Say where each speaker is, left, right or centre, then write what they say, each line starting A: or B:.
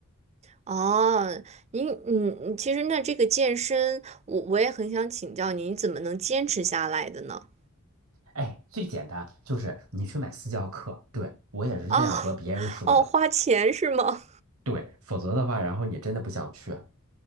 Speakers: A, on the right (about 30°); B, on the right (about 75°).
A: 哦，您，嗯，其实那这个健身，我我也很想请教您，你怎么能坚持下来的呢？
B: 哎，最简单就是你去买私教课，对，我也是这样和别人说的，
A: 哦，哦，花钱是吗？
B: 对，否则的话，然后你真的不想去。